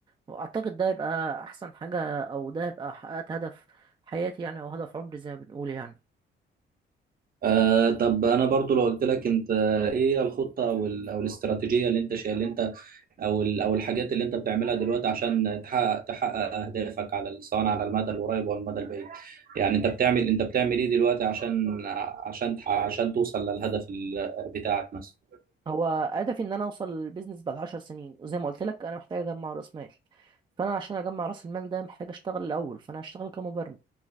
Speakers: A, on the right; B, on the right.
A: واعتقد ده يبقى احسن حاجه او ده يبقى حققت هدف حياتي يعني او هدف عمري زي ما بنقول يعني
B: آه طب انا برضو لو قلت لك انت ايه الخطه او ال- او الاستراتيجيه اللي انت شايل اللي انت او ال- او الحاجات اللي انت بتعملها دلوقتي عشان تحقق تحقق اهدافك على ال- سواء على المدى القريب او المدى البعيد يعني انت بتعمل انت بتعمل ايه دلوقتي عشان عشان تح- عشان توصل للهدف ال- بتاعك مثلا
A: هو هدفي ان انا اوصل للبيزنس بعد عشر سنين وزي ما قلت لك انا محتاج اجمع راس مال فانا عشان اجمع راس المال ده محتاج اشتغل الاول فانا هشتغل كمبرمج